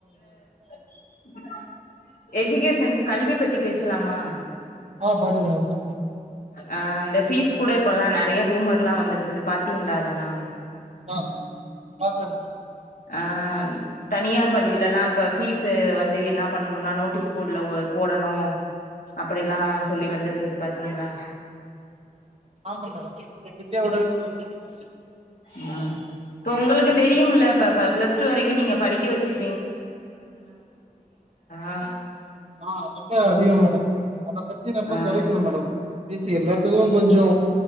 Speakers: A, on the left; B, on the right.
A: <inaudible> எஜுகேஷன் கல்விபத்தி பேசலாமா
B: ஆஹ் படுவே நசொன்னேன்
A: ஆ இந்த ஃபீஸ் கூட இப்பலா நறய ரூமர்லா வந்திருக்குது பாாரத்தீங்ளா அதெலா
B: ஆஹ் ஆ சர்
A: ஆஹம் தனியார் பள்ளியிலல்லாம் ப்ப ஃபீஸ் வந்து வந்து என்ன பண்ணணுன்னா நோட்டீஸ் போட்ல ஒ போடணு அப்படிலா சோல்லி வந்திருந்துது பத்தீங்களா
B: ஆமா <unintelligible>
A: ம் இப்ப உங்களுக்கு தெரியும்ல ப்ப இப்ப பிளஸ்டூ வரைக்கு நீங்க படிக்க வச்சிரு ஆ
B: ஆஹ் ரொம்ப அதிகம் மேடம் அதபத்தி ரொம்ப
A: ஆ
B: குறைக்கனு மேடம் பேசி எல்லாத்துக்கு கொஞ்சோ